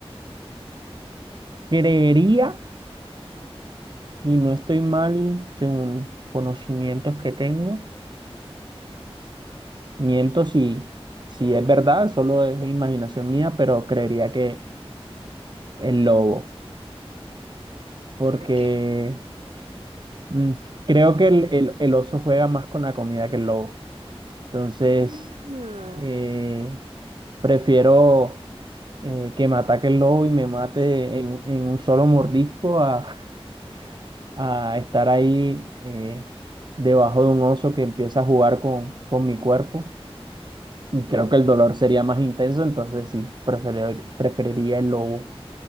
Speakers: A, on the right; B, on the right.
A: Creería, y no estoy mal según conocimientos que tengo Miento si, si es verdad, solo es imaginación mía, pero creería que el lobo, porque
B: ¿Por qué?
A: mm, creo que el, el- el oso juega más con la comida que el lobo. Entonces,
B: Ah,
A: eh,
B: ok,
A: prefiero eh, que me ataque el lobo y me mate en, en un solo mordisco a, <laughs> a estar ahí eh, debajo de un oso que empieza a jugar con, con mi cuerpo. Y
B: claro.
A: Creo que el dolor sería más intenso, entonces sí, preferir- preferiría el lobo.